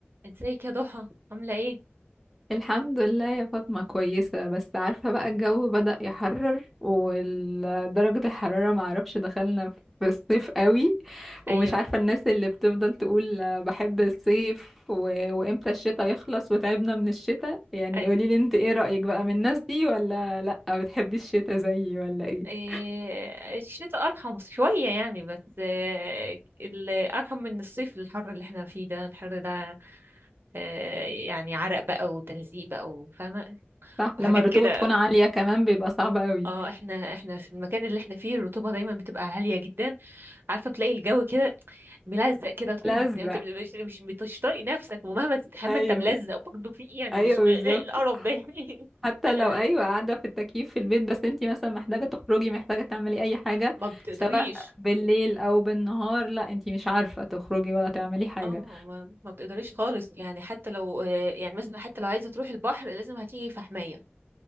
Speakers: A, on the right; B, in the centre.
A: ازيك يا ضحى عاملة ايه؟
B: الحمد لله يا فاطمة كويسة بس عارفة بقى الجو بدأ يحرر ودرجة الحرارة معرفش دخلنا في الصيف قوي
A: ايوه
B: ومش عارفة الناس اللي بتفضل تقول بحب الصيف و... وامتى الشتاء يخلص وتعبنا من الشتاء يعني
A: أي-
B: قوليلي انت ايه رأيك بقى من الناس دي ولا لأ بتحبي الشتاء زيي ولا ايه
A: إيه الشتاء ارحم شوية يعني بس آه، ال- ارحم من الصيف الحر اللي احنا فيه ده الحر ده آه، يعني عرق بقى وتلزيق بقى وفاهمة
B: صح لما
A: وحاجات
B: الرطوبة
A: كده
B: بتكون عالية كمان بيبقى صعب قوي
A: اه احنا احنا في المكان اللي احنا فيه الرطوبة دايما بتبقى عالية جدا عارفة بتلاقي الجو كده ملزق كده وتحس
B: لزق
A: ان انت بت- مش مش مش طايق نفسك ومهما تستحمى
B: ايوه
A: انت ملزق برضه في ايه يعني
B: ايوه
A: مش
B: بالظبط
A: <laughs> القرف ده يعني <laughs>
B: حتى
A: لا
B: لو ايوه
A: لا،
B: قاعده في التكييف في البيت بس انتي مثلا محتاجه تخرجي محتاجه تعملي اي حاجه
A: ما بتقدريش
B: سواء بالليل او بالنهار لا انتي مش عارفه تخرجي ولا تعملي حاجه
A: اه ما, ما بتقدريش خالص يعني حتى لو آه، يعني مثلا حتى لو عايزه تروحي البحر لازم هتيجي في حمايه